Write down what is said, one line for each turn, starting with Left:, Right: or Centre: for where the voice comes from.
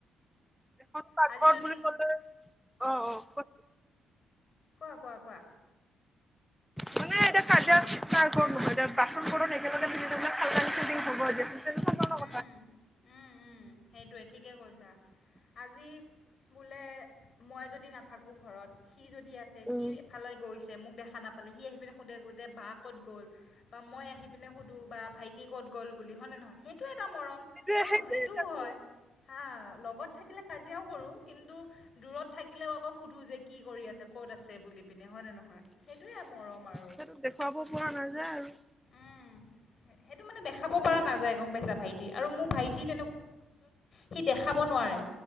Centre: এখন পাকঘৰত
Left: আজি। আজি যদি
Centre: বুলি ক'লে অ অ অ
Left: কোৱা কোৱা কোৱা,
Centre: মানে এতিয়া
Left: <inaudible>
Centre: বাচন কৰ একিেলালিটং হব তেনে কথা,
Left: উম, উম উম । সেইটোৱে ঠিকেই কৈছা, আজি বোলে মই যদি নাথাকোঁ ঘৰত- সি যদি আছে,
Centre: উম
Left: সি এফালে গৈছে মোক দেখা দেখা নাপালে, সি আহি পিনে সোধে যে বা ক'ত গ'ল বা মই আহি পিনে সোধোঁ বা ভাইটি ক'ত গ'ল, হয় নহয়, সেইটো এটা মৰম
Centre: সেইটোৱে
Left: আৰু
Centre: সেইটোৱে
Left: সেইটোও হয় হা লগত থাকিলে কাজিয়াও কৰোঁ । কিন্তু দূৰত থাকিলেও আকৌ সোধোঁ যে কি কৰি আছে ক'ত আছে । বুলি পিনে হয়নে নহয় । সেইটোৱে আৰু মৰম আৰু
Centre: সেইটো দেখুৱাব পৰা নাযায় আৰু
Left: উম । সেইটো মানে দেখাব পৰা নাযায় গম পাইছা ভাইটি আৰু মোৰ ভাইটিত- সি দেখাব নোৱাৰে,